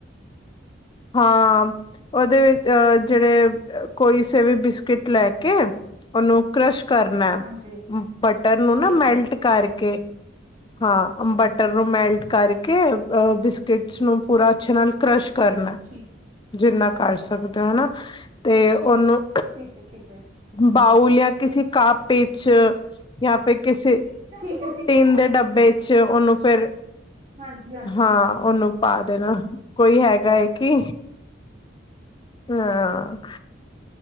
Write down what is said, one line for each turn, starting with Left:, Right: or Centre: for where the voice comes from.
Left: ਹਾਂ, ਉਹਦੇ ਵਿੱਚ ਜਿਹੜੇ ਕੋਈ ਸੇਵੇ ਬਿਸਕਿਟ ਲੈ ਕੇ ਉਹਨੂੰ ਕਰਸ਼ ਕਰਨਾ,
Right: ਹਾਂਜੀ
Left: ਬਟਰ ਨੂੰ
Right: ਠੀਕ
Left: ਨਾ ਮੈਲਟ
Right: ਹੈ
Left: ਕਰਕੇ ਹਾਂ, ਬਟਰ ਨੂੰ ਮੈਲਟ ਕਰਕੇ, ਬਿਸਕਿਟਸ ਨੂੰ ਪੂਰਾ ਅੱਛੇ ਨਾਲ ਕਰਸ਼ ਕਰਨਾ
Right: ਠੀਕ।
Left: ਜਿੰਨਾ, ਕਰ ਸਕਦੇ ਹੋ ਹੋਨਾ ਤੇ, ਉਹਨੂੰ
Right: ਠੀਕ ਠੀਕ ਹੈ ਠੀਕ ਹੈ
Left: ਬਾਊਲ ਜਾਂ ਕਿਸੇ ਕਾਪੇ ਚ ਯਾ, ਫੇਰ ਕਿਸੇ,
Right: ਠੀਕ ਹੈ ਠੀਕ
Left: ਟੀਨ
Right: ਹੈ
Left: ਦੇ ਡੱਬੇ ਚ' ਉਹਨੂੰ ਫੇਰ
Right: ਹਾਂਜੀ ਹਾਂਜੀ
Left: ਹਾਂ, ਉਹਨੂੰ ਪਾ ਦੇਣਾ, ਕੋਈ ਹੈਗਾ ਏ ਹੈ ਕਿ? ਨਾਂ।